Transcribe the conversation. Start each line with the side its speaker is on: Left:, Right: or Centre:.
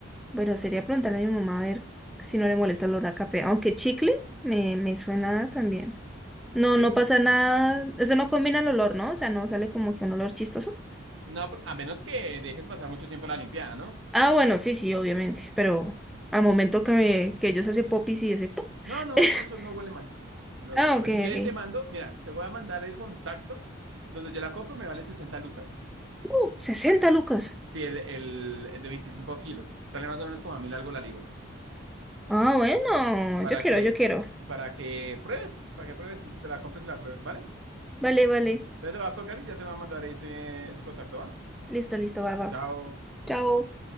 Centre: Pero sería preguntarle a mi mamá a ver si no le molesta el olor a café. Aunque chicle me, me suena también. No,
Right: Sí.
Centre: no pasa nada. Eso no combina el olor, ¿no? O sea, no sale como que un olor chistoso.
Right: No, por- a menos que dejes pasar mucho tiempo la limpiada, ¿no?
Centre: Ah, bueno, sí, sí, obviamente. Pero al momento que, me- que ellos hacen popis y ese pop.
Right: No, no,
Centre: <laughs>
Right: no, so- no huele mal. No te preocupes.
Centre: Ah, ok,
Right: Si quieres,
Centre: ok.
Right: te mando, mira, te voy a mandar el contacto donde yo la compro, me vale 60 lucas.
Centre: Uh, sesenta lucas.
Right: Sí, el, el, el de 25 kilos. Sale más o menos como a mil algo la libra.
Centre: Ah, bueno,
Right: Para
Centre: yo quiero,
Right: que,
Centre: yo quiero.
Right: para que pruebes, para que pruebes, te la compres y la pruebes, ¿vale?
Centre: Vale, vale.
Right: Entonces te va a colgar y ya te va a mandar ese, ese contacto, ¿va?
Centre: Listo, listo, va, va.
Right: Chao.
Centre: Chao.